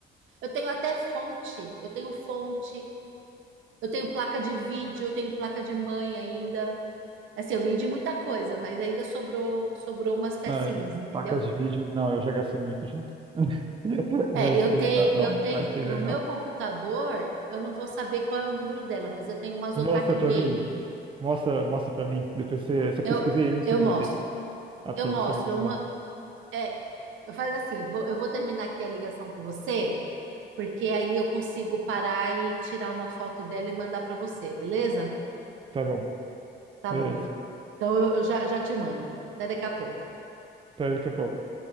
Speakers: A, on the right (about 75°); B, on the right (about 25°).
A: Eu tenho até fonte, eu tenho fonte, eu tenho placa de vídeo, eu tenho placa de mãe ainda. Assim, eu vendi muita coisa, mas ainda sobrou, sobrou umas pecinhas,
B: Ah,
A: entendeu?
B: placas de vídeo? Não, eu já gastei muito já. <laughs> Não,
A: É,
B: isso
A: eu
B: daí
A: tenho,
B: não, não,
A: eu tenho
B: não, isso daí
A: no meu
B: não.
A: computador, eu não vou saber qual é o número dela, mas eu tenho umas
B: Mostra
A: Otaku
B: pra
A: Gaming.
B: mim. Mostra, mostra pra mim. Depois você, você pesquisa
A: Eu,
B: aí, eu ensino
A: eu mostro,
B: você. Ah, pra
A: eu mostro.
B: você mostrar.
A: Eu, ma- é, eu faz assim, vou- eu vou terminar aqui a ligação com você, porque aí eu consigo parar e tirar uma foto dela e mandar para você, beleza?
B: Tá bom.
A: Tá
B: Beleza.
A: bom. Então eu, eu já, já te mando. Até daqui a pouco.
B: Até daqui a pouco.